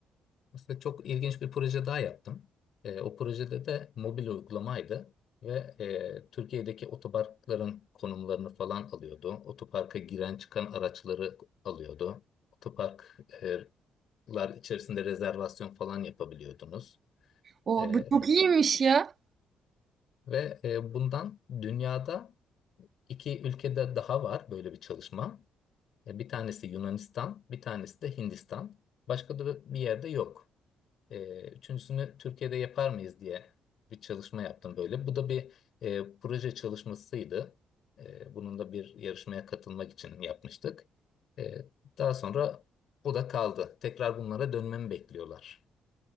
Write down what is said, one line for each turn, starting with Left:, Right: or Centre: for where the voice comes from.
Left: Mesela çok ilginç bir proje daha yaptım. Ee, o projede de mobil uygulamaydı ve e, Türkiye'deki otoparkların konumlarını falan alıyordu. Otoparka giren çıkan araçları alıyordu. Otoparklar içerisinde rezervasyon falan yapabiliyordunuz.
Right: O
Left: E,
Right: bu çok iyiymiş ya.
Left: Ve e, bundan dünyada iki ülkede daha var böyle bir çalışma. E, bir tanesi Yunanistan, bir tanesi de Hindistan. Başka da bir yerde yok. E, üçüncüsünü Türkiye'de yapar mıyız diye bir çalışma yaptım böyle. Bu da bir e, proje çalışmasıydı. E, bunun da bir yarışmaya katılmak için yapmıştık. E, daha sonra o da kaldı. Tekrar bunlara dönmemi bekliyorlar.